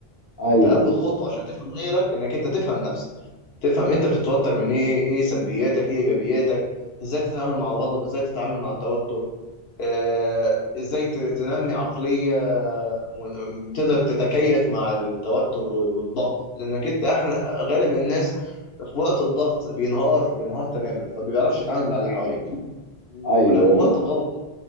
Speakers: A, on the left; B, on the left.
A: ايوه
B: انت اول خطوة عشان تفهم غيرك انك انت تفهم نفسك تفهم انت بتتوتر من ايه ايه سلبياتك ايه ايجابياتك ازاي تتعامل مع الغضب ازاي تتعامل مع التوتر آه، ازاي ت- تنمي عقلية م- تقدر تتكيف مع التوتر وال- والضغط لانك انت احلى غالب الناس في وقت الضغط بينهار بينهار تماما فما بيعرفش يتعامل مع اللي حواليه ولما
A: ايوه ايوه
B: وقت الغلط ده